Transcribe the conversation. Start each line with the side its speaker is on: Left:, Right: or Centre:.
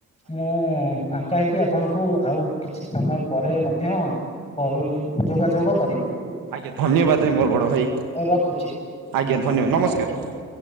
Left: ମୁଁ ଫାଙ୍କା ହେଇକି ଆପଣଙ୍କୁ ଆଉ କିଛି ସମୟ ପରେ ମଧ୍ୟ କଲ୍ ଯୋଗା, ଯୋଗ କରିବି।
Right: ଆଜ୍ଞା'। ଧନ୍ୟବାଦ ମୋ ବଡ଼ ଭାଇ,
Left: ରଖୁଛି।
Right: ଆଜ୍ଞା ଧନ୍ୟବାଦ ନମସ୍କାର।